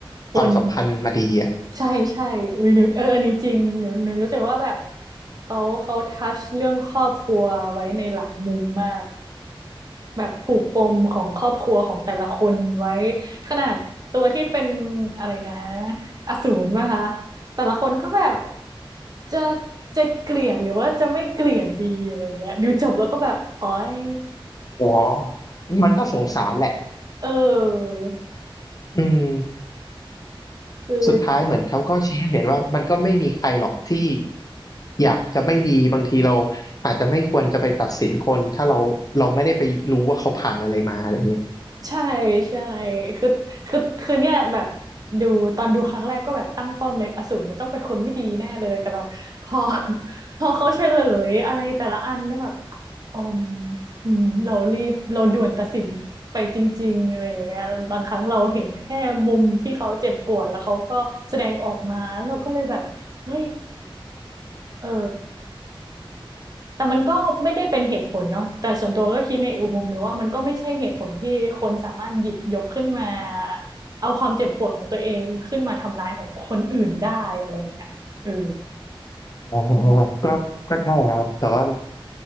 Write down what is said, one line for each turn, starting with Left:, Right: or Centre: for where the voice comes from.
Right: คน
Left: ความสัมพันธ์มาดีอ่ะ
Right: ใช่ใช่อุ้ยหนูเอออันนี้จริงหนูหนูรู้สึกว่าแบบเขาเขาทัชเรื่องครอบครัวไว้ในหลายมุมมากแบบผูกปมของครอบครัวของแต่ละคนไว้ขนาดตัวที่เป็นอะไรนะอสูรป่ะคะแต่ละคนก็แบบจะจะเกลียดหรือว่าจะไม่เกลียดดีอะไรอย่างเงี้ยดูจบแล้วก็แบบอ๋อย
Left: อ๋อมันก็สงสารแหละ
Right: เออ
Left: อืม
Right: คือ
Left: สุดท้ายเหมือนเขาก็ชี้ให้เห็นว่ามันก็ไม่มีใครหรอกที่อยากจะไม่ดีบางทีเราอาจจะไม่ควรจะไปตัดสินคนถ้าเราเราไม่ได้ไปรู้ว่าเขาผ่านอะไรมาอะไรเงี้ย
Right: ใช่ใช่คือคือคือเนี่ยแบบดูตอนดูครั้งแรกก็แบบตั้งป้อมเลยอสูรมันต้องเป็นคนไม่ดีแน่เลยแต่แบบพอ <laughs> พอเขาเฉลยอะไรแต่ละอันก็แบบอืมอืมเรารีบเราด่วนตัดสินไปจริงๆอะไรอย่างเงี้ยบางครั้งเราเห็นแค่มุมที่เขาเจ็บปวดแล้วเขาก็แสดงออกมาเราก็เลยแบบเฮ้ยเออ แต่มันก็ไม่ได้เป็นเหตุผลเนาะแต่ส่วนตัวก็คิดในอีกมุมหนึงว่ามันก็ไม่ใช่เหตุผลที่คนสามารถหยิบยกขึ้นมาเอาความเจ็บปวดของตัวเองขึ้นมาทำร้ายของคนอื่นได้อะไรอย่างเงี้ยเออ
Left: อ๋อก็ก็ใช่ครับแต่ว่า